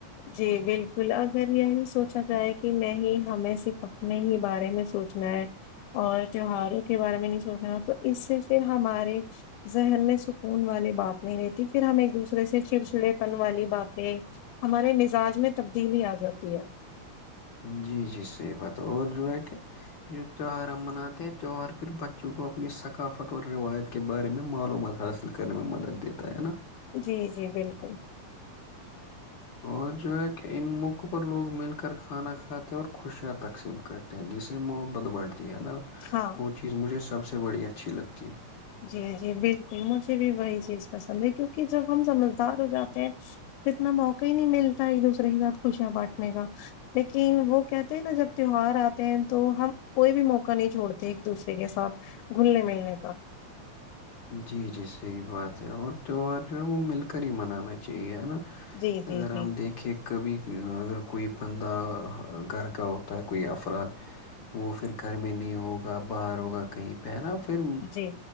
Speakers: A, on the left (about 80°); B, on the left (about 70°).
A: جی بالکل اگر یہی سوچا جائے کہ نہیں ہمیں صرف اپنے ہی بارے میں سوچنا ہے اور تیواروں کے بارے میں نہیں سوچنا تو اس سے پھر ہمارے ذہن میں سکون والی بات نہیں رہتی پھر ہم ایک دوسرے سے چڑچڑے پن والی باتیں ہمارے مزاج میں تبدیلی آ جاتی ہے
B: جی جی صحیح بات ہے اور جو ہے کہ جو تہوار ہم مناتے ہیں تہوار پھر بچوں کو اپنی ثقافت اور روایت کے بارے میں معلومات حاصل کرنے میں مدد دیتا ہے نا
A: جی جی بالکل
B: اور جو ہے کہ ان موقعوں پر لوگ مل کر کھانا کھاتے ہیں اور خوشیاں تقسیم کرتے ہیں جس سے محبت بڑھتی ہے نا
A: ہاں
B: وہ چیز مجھے سب سے اس بڑی اچھی لگتی ہے
A: جی جی بالکل مجھے بھی وہی چیز پسند ہے کیونکہ جب ہم سمجھدار ہو جاتے ہیں تو اتنا موقع ہی نہیں ملتا ایک دوسرے کے ساتھ خوشیاں بانٹنے کا لیکن وہ کہتے ہیں نا جب تیوہار آتے ہیں تو ہم کوئی بھی موقع نہیں چھوڑتے ایک دوسرے کے ساتھ گھلنے ملنے کا
B: جی جی صحیح بات ہے اور تہوار جو ہے وہ مل کر ہی منانا چاہیے ہے نا
A: جی جی
B: اگر
A: جی
B: ہم دیکھے کبھی اگر کوئی بندہ گھر کا ہوتا ہے کوئی افراد وہ پھر گھر میں نہیں ہوگا باہر ہوگا کہیں پہنا پھر
A: جی